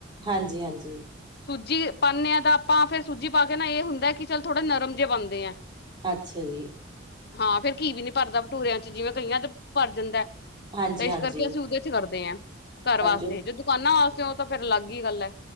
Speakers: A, on the right; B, on the left.
A: ਹਾਂਜੀ, ਹਾਂਜੀ।
B: ਸੂਜੀ ਪਾਂਦੇ ਆ ਤਾਂ ਆਪਾਂ, ਫੇਰ ਸੂਜੀ ਪਾ ਕੇ ਨਾ ਇਹ ਹੁੰਦਾ ਕਿ, ਚੱਲ ਥੋੜੇ ਨਰਮ ਜਿਹੇ ਬਣਦੇ ਆ।
A: ਅੱਛਾ ਜੀ।
B: ਹਾਂ, ਫੇਰ ਘੀ ਵੀ ਨੀ ਭਰਦਾ ਭਟੂਰਿਆਂ ਚ, ਜਿਵੇਂ ਕਈਆਂ ਚ ਭਰ ਜਾਂਦਾ ਏ।
A: ਹਾਂਜੀ
B: ਤਾਂ ਇਸ
A: ਹਾਂਜੀ
B: ਕਰਕੇ ਅਸੀਂ ਉਹਦੇ ਚ ਕਰਦੇ ਆ, ਘਰ
A: ਹਾਂਜੀ
B: ਵਾਸਤੇ, ਜੇ ਦੁਕਾਨਾਂ ਵਾਸਤੇ ਹੋ ਤਾਂ ਫਿਰ ਅਲੱਗ ਹੀ ਗੱਲ ਏ।